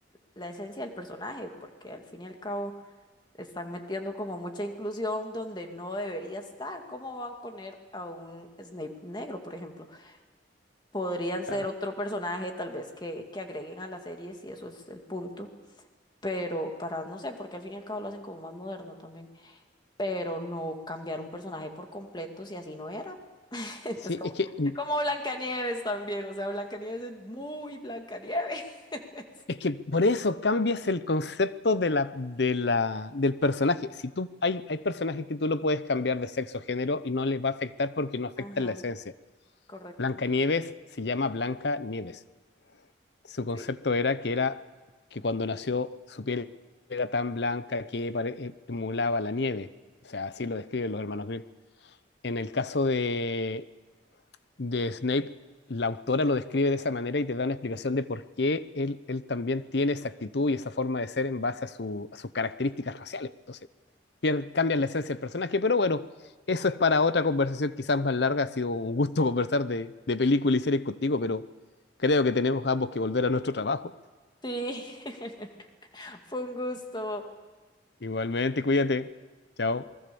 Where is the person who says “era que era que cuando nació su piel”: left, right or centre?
Left